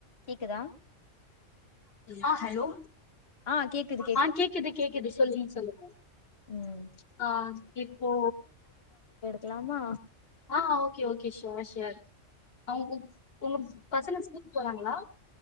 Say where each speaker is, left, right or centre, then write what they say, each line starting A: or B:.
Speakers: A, on the left; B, on the left.
A: கேக்குதா
B: ஆ ஹலோ
A: ஆ கேக்குது
B: ஆ கேக்குது கேக்குது சொல்லுங்க சொல்லுங்க
A: ம்
B: ஆ இப்போ
A: க்லாமா
B: ஆ ஓகே ஓகே ஷ்யூர் ஷ்யூர் அவுகுப் உங் பசங்க ஸ்கூலுக்கு போறாங்களா